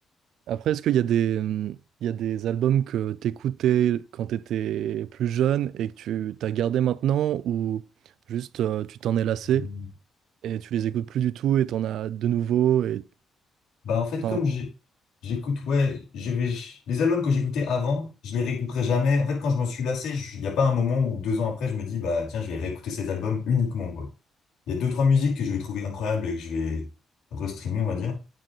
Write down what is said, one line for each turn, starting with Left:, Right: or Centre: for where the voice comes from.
Right: Après, est-ce qu'il y a des, hum, il y a des albums que t'écoutais quand t'étais plus jeune et que tu t'as gardé maintenant ou juste euh, tu t'en es lassé
Left: Hmm.
Right: et tu les écoutes plus du tout et t'en as de nouveau et
Left: Bah, en fait,
Right: enfin,
Left: comme j'ai- j'écoute, ouais, je vais, les albums que j'écoutais avant, je les réécouterai jamais. En fait, quand je m'en suis lassé, je- il n'y a pas un moment où deux ans après, je me dis, bah, tiens, je vais réécouter cet album uniquement, quoi. Il y a deux, trois musiques que je vais trouver incroyables et que je vais restreamer, on va dire.